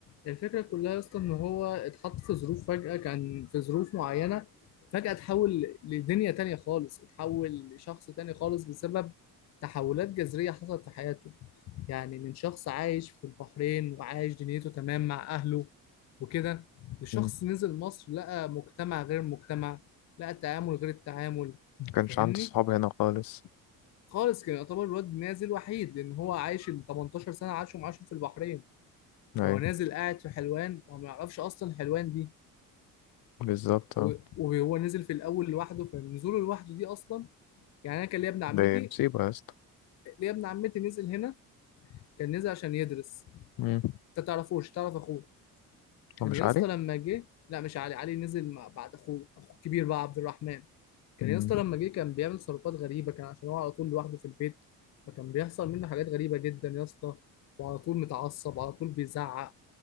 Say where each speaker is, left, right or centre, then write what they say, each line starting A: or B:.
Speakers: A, on the left (about 50°); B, on the left (about 75°).
A: الفكره كلها يا اسطى ان هو اتحط في ظروف فجاه كان في ظروف معينه فجاه اتحول لدنيا تانية خالص اتحول لشخص تاني خالص بسبب تحولات جذريه حصلت في حياته يعني من شخص عايش في البحرين وعايش دنيته تمام مع اهله وكده لشخص
B: مم.
A: نزل مصر لقى مجتمع غير المجتمع لقى تعامل غير التعامل
B: ما كانش
A: فاهمني
B: عنده صحاب هنا خالص
A: خالص كان يعتبر الواد نازل وحيد لان هو عايش ال 18 سنه عاشهم عاشهم في البحرين
B: ايوه
A: هو نازل قاعد في حلوان وما يعرفش اصلا حلوان دي
B: بالظبط
A: و-
B: اه
A: وهو نزل في الاول لوحده فنزوله لوحده دي اصلا يعني انا كان ليا ابن عمتي
B: ده مصيبه يا اسطى
A: ليا ابن عمتي نزل هنا كان نزل عشان يدرس
B: امم
A: انت تعرفوش تعرف اخوه كان
B: هو مش
A: يا
B: عارف
A: اسطى لما جه لا مش علي علي نزل مع بعد اخوه اخوه الكبير بقى عبد الرحمن كان
B: امم
A: يا اسطى لما جه كان بيعمل تصرفات غريبه كان عشان هو على طول لوحده في البيت فكان بيحصل منه حاجات غريبه جدا يا اسطى وعلى طول متعصب على طول بيزعق